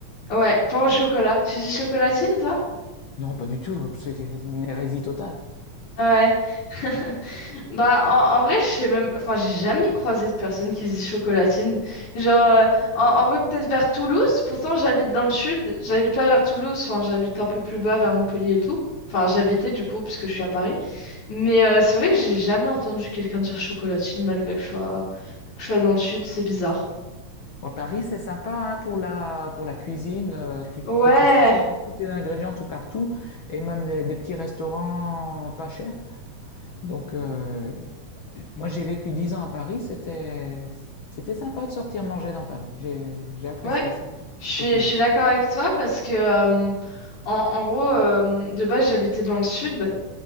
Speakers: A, on the left; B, on the left.
A: ouais, pain au chocolat. Tu dis chocolatine, toi?
B: Non, pas du tout, c'est une hérésie totale.
A: Ouais. <laughs> Bah, en, en vrai, je sais même. Enfin, j'ai jamais croisé de personne qui se dit chocolatine. Genre, euh, en, en vrai, peut-être vers Toulouse. Pourtant, j'habite dans le sud. J'habite pas vers Toulouse. Enfin, j'habite un peu plus bas, vers Montpellier et tout. Enfin, j'habitais du coup, puisque je suis à Paris. Mais euh, c'est vrai que j'ai jamais entendu quelqu'un dire chocolatine, malgré que je sois, que je sois dans le sud. C'est bizarre.
B: À Paris, c'est sympa hein, pour la, pour la cuisine. euh, tu,
A: Ouais,
B: tu trouves facilement tous tes ingrédients tout partout et même des, des petits restaurants pas chers. Donc, euh, moi, j'ai vécu 10 ans à Paris. C'était, c'était sympa de sortir manger dans Paris. J'ai, j'ai apprécié
A: ouais.
B: ce
A: Je suis,
B: côté-là.
A: je suis d'accord avec toi parce que, euh, en, en gros, euh, de base, j'habitais dans le sud.